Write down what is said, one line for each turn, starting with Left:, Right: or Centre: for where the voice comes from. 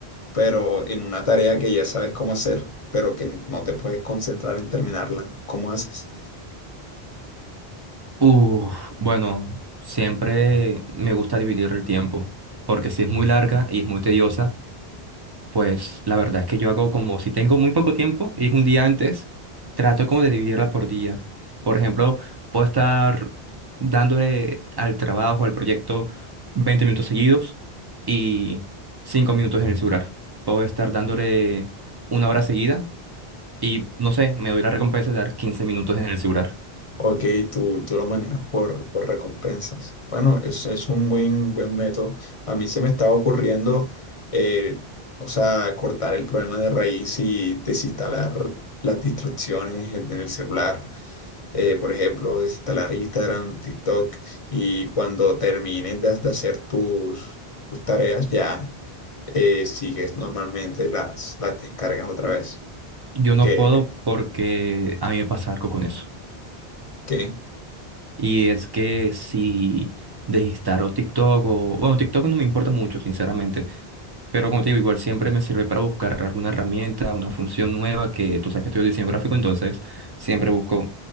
Left: pero en una tarea que ya sabes cómo hacer, pero que no te puedes concentrar en terminarla, ¿cómo haces?
Right: Uf, bueno, siempre me gusta dividir el tiempo, porque si es muy larga y es muy tediosa, Pues la verdad es que yo hago como si tengo muy poco tiempo y es un día antes, trato como de dividirla por día. Por ejemplo, puedo estar dándole al trabajo, al proyecto, 20 minutos seguidos y 5 minutos en el celular. Puedo estar dándole una hora seguida y no sé, me doy la recompensa de dar 15 minutos en el celular.
Left: Ok, tú, tú lo manejas por, por recompensas. Bueno, eso es un buen, buen método. A mí se me estaba ocurriendo, eh, o sea, cortar el problema de raíz y desinstalar las distracciones en en el celular. Eh, por ejemplo, desinstalar Instagram, TikTok, y cuando termines de, de hacer tus, tus tareas ya, eh, sigues normalmente las, las descargas otra vez.
Right: Yo no
Left: ¿Qué,
Right: puedo porque a mí me pasa algo con eso.
Left: qué?
Right: Y es que si desinstalo TikTok o, bueno, TikTok no me importa mucho, sinceramente Pero como te digo, igual siempre me sirve para buscar alguna herramienta, una función nueva que tú sabes que estudio diseño gráfico, entonces siempre busco